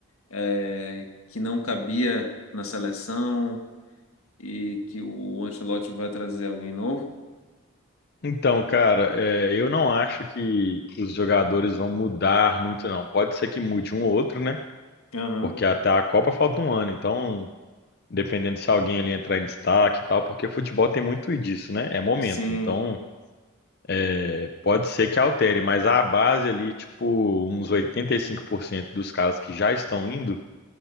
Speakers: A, on the left; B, on the left.
A: é, que não cabia na seleção e que o Ancelotti vai trazer alguém novo?
B: Então, cara, é, eu não acho que os jogadores vão mudar muito, não. Pode ser que mude um ou outro, né?
A: Aham,
B: Porque até a Copa falta um ano, então, dependendo se alguém ali entrar em destaque e tal, porque futebol tem muito disso, né? É momento.
A: Sim,
B: Então, é, pode ser que altere, mas a base ali, tipo, uns 85% dos caras que já estão indo,